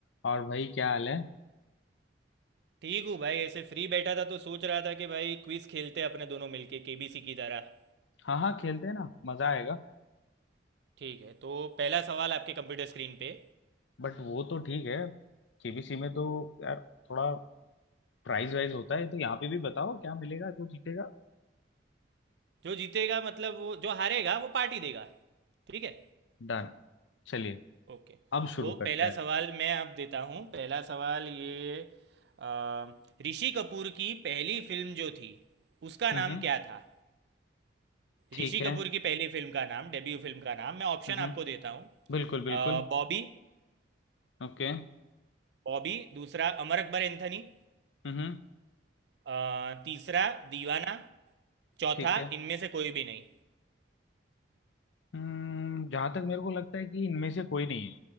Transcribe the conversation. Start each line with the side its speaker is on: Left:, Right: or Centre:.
Left: और भाई क्या हाल है
Right: ठीक हूँ भाई ऐसे फ्री बैठा था तो सोच रहा था कि भाई क्विज खेलते हैं अपने दोनों मिलके केबीसी की तरह
Left: हाँ हाँ खेलते हैं ना मजा आएगा
Right: ठीक है तो पहला सवाल आपके कंप्यूटर स्क्रीन पे
Left: बट वो तो ठीक है केबीसी में तो यार थोड़ा प्राइज वाइज होता है तो यहाँ पे भी बताओ क्या मिलेगा जो जीतेगा
Right: जो जीतेगा मतलब वो जो हारेगा वो पार्टी देगा ठीक है
Left: डन चलिए
Right: ओके
Left: अब शुरू
Right: तो
Left: करते
Right: पहला
Left: हैं
Right: सवाल मैं आप देता हूँ पहला सवाल ये अ, ऋषि कपूर की पहली फिल्म जो थी उसका
Left: हम्म
Right: नाम क्या था
Left: ठीक
Right: ऋषि
Left: है
Right: कपूर की पहली फिल्म का नाम डेब्यू फिल्म का नाम मैं ऑप्शन
Left: हम्म
Right: आपको देता हूँ
Left: बिल्कुल बिल्कुल
Right: बॉबी
Left: ओके
Right: बॉबी दूसरा अमर अकबर एंथनी
Left: हम्म
Right: अ, तीसरा दीवाना चौथा
Left: ठीक है
Right: इनमें से कोई भी नहीं
Left: हम्म जहां तक मेरे को लगता है कि इनमें से कोई नहीं है